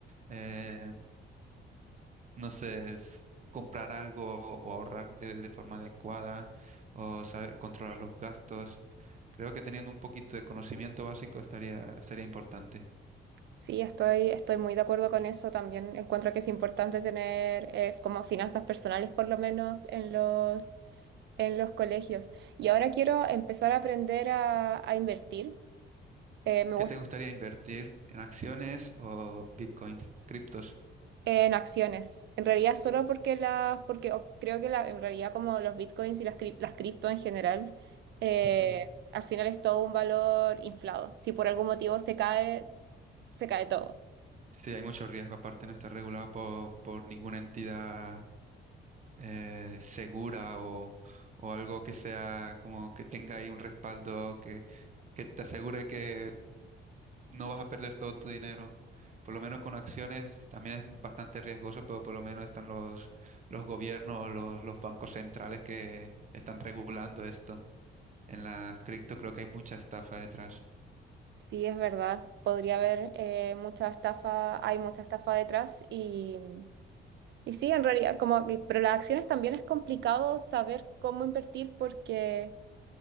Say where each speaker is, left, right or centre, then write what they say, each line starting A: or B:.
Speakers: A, on the right (about 40°); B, on the right (about 65°).
A: eh, no sé, es comprar algo o ahorrar de, de forma adecuada o saber controlar los gastos. Creo que teniendo un poquito de conocimiento básico estaría, sería importante.
B: Sí, estoy, estoy muy de acuerdo con eso. También encuentro que es importante tener eh, como finanzas personales, por lo menos en los, en los colegios. Y ahora quiero empezar a aprender a, a invertir. Eh, me
A: ¿Qué te gustaría invertir en acciones o bitcoins, criptos?
B: En acciones. En realidad solo porque las, porque o- creo que la, en realidad como los bitcoins y las, cri- las cripto en general, eh,
A: Sí.
B: al final es todo un valor inflado. Si por algún motivo se cae, se cae todo.
A: Sí, hay mucho riesgo, aparte no está regulado por, por ninguna entidad eh, segura o, o algo que sea como que tenga ahí un respaldo que, que te asegure que no vas a perder todo tu dinero. Por lo menos con acciones también es bastante riesgoso, pero por lo menos están los, los gobiernos, los, los bancos centrales que están regulando esto. En las cripto creo que hay mucha estafa detrás.
B: Sí, es verdad. Podría haber eh, mucha estafa, hay mucha estafa detrás y, y sí, en realidad, como, que- pero las acciones también es complicado saber cómo invertir porque...